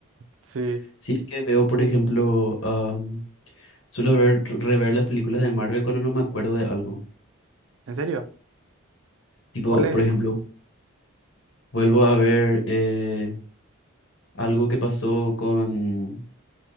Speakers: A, on the right; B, on the left.
A: Sí,
B: Si es que veo, por ejemplo, am, suelo ver, rever las películas de Marvel cuando no me acuerdo de algo.
A: ¿en serio?
B: Tipo,
A: ¿Cuál es?
B: por ejemplo, vuelvo a ver eh, algo que pasó con,